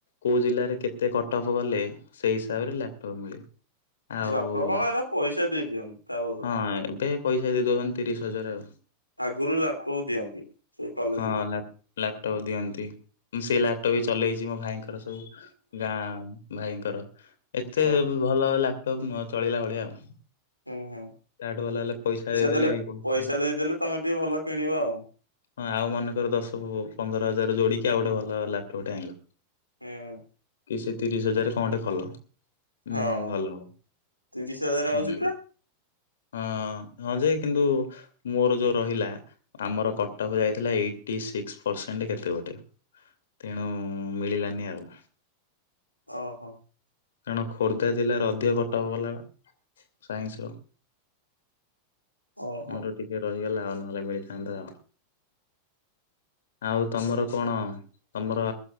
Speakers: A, on the left (about 60°); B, on the left (about 90°).
A: କୋଉ ଜିଲ୍ଲାରେ କେତେ କଟଅଫ୍ ଗଲେ ସେଇ ହିସାବରେ ଲାପଟପ ମିଳେ। ଆଉ
B: ଲାପଟପ କଣ ଏରା ପଇସା ଦେଇ ଦିଅନ୍ତି। ତା ବଦଳ।
A: ହଁ ଏବେ ପଇସା ଦେଇଦେଉଛନ୍ତି ତିରିଶ ହଜାର ଆଉ।
B: ଆଗରୁ ଲାପଟପ୍ ଦିଅନ୍ତି ସେଇ କଲେଜରେ
A: ହଁ ଲପ ଲାପଟପ୍ ଦିଅନ୍ତି। ମୁଁ ସେ ଲାପଟପ୍ ବି ଚଲେଇଛି ମୋ ଭାଇଙ୍କର ସବୁ ଗାଁ ଭାଇଙ୍କର। ଏତେ
B: ଓହୋ
A: ଭଲ ଲାପଟପ୍ ନୁହଁ ଚଳିଲା ଭଳିଆ ଆଉ।
B: ହୁଁ ହୁଁ।
A: ତାଠୁ ଭଲ ହେଲେ ପଇସା ଦେଇଦେଲେ
B: ଦେଲେ
A: ହେଇପଇସାରେ
B: ପଇସା ଦେଇଦେଲେ ତମେ ଟିକେ ଭଲ କିଣିବ ଆଉ
A: ହଁ ଆଉ ମନେକର ଦଶ ପନ୍ଦର ହଜାର ଯୋଡିି କି ଆଉ ଗୋଟେ ଭଲ ଲାପଟପ୍ ଟେ ଆଣିଲ।
B: ହୁଁ।
A: କି ସେ ତିରିଶ ହଜାର କଣଟେ କଲ। ହୁଁ
B: ହଁ
A: ଭଲ
B: ତିରିଶ ହଜାର
A: ହୁଁ।
B: ଆଉଛି ପରା
A: ହଁ ହଁ ଯେ କିନ୍ତୁ ମୋର ଯୋଉ ରହିଲା ଆମର କଟକ ଯାଇଥିଲା ଏଇଟି ସିକ୍ସ ପରସେଣ୍ଟ କେତେ ଗୋଟେ ତେଣୁ ମିଳିଲାନି ଆଉ।
B: ଓ ହୋ।
A: କାରଣ ଖୋର୍ଦ୍ଧା ଜିଲ୍ଲାରେ ଅଧିକ କଟକ ବାଲା ବା ସାଇନ୍ସର।
B: ଓହୋ
A: ମୋର ଟିକେ ରହିଗଲା ଆଉ ନହେଲେ ମିଳିଥାନ୍ତା। ଆଉ ତମର କଣ ତମର